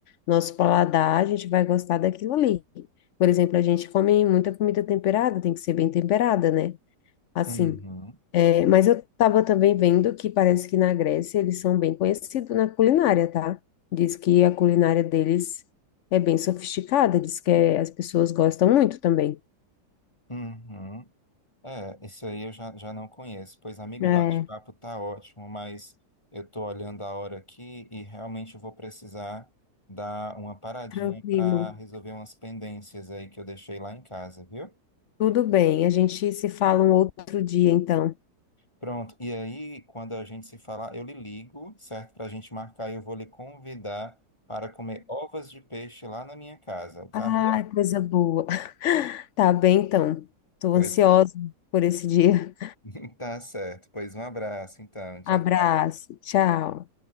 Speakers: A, on the left (about 65°); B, on the left (about 15°).
A: Nosso paladar, a gente vai gostar daquilo ali. Por exemplo, a gente come muita comida temperada, tem que ser bem temperada, né? Assim.
B: Uhum,
A: É, mas eu estava também vendo que parece que na Grécia eles são bem conhecidos na culinária, tá? Diz que a culinária deles é bem sofisticada, diz que é- as pessoas gostam muito também.
B: uhum. É, isso aí eu já, já não conheço. Pois, amigo,
A: É,
B: o bate-papo tá ótimo, mas eu tô olhando a hora aqui e realmente eu vou precisar dar uma paradinha
A: tranquilo.
B: para resolver umas pendências aí que eu deixei lá em casa, viu?
A: Tudo bem, a gente se fala um outro dia, então.
B: Pronto. E aí, quando a gente se falar, eu lhe ligo, certo? Para a gente marcar e eu vou lhe convidar para comer ovas de peixe lá na minha casa, o caviar.
A: Ah, coisa boa. <laughs> Tá bem, então. Estou
B: Pois,
A: ansiosa por esse dia.
B: <laughs> tá certo. Pois um abraço, então. Tchau,
A: Abraço,
B: tchau.
A: tchau.